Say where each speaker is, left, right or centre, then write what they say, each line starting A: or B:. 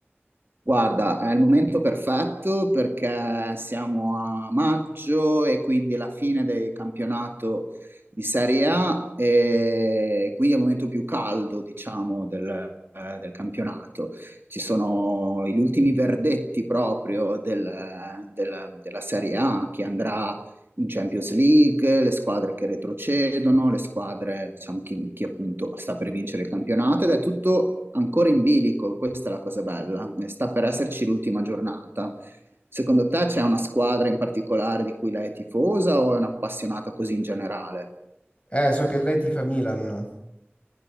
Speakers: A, on the right (about 60°); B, on the left (about 25°).
A: Guarda, è il momento perfetto perché siamo a maggio e quindi è la fine del campionato di Serie A e quindi è il momento più caldo, diciamo, del, eh, del campionato. Ci sono gli ultimi verdetti proprio del- del- della Serie A che andrà in Champions League, le squadre che retrocedono, le squadre, diciamo, chi, chi appunto sta per vincere il campionato ed è tutto ancora in bilico, questa è la cosa bella, eh, sta per esserci l'ultima giornata. Secondo te c'è una squadra in particolare di cui lei è tifosa o è un'appassionata così in generale?
B: Eh, so che lei tifa Milan.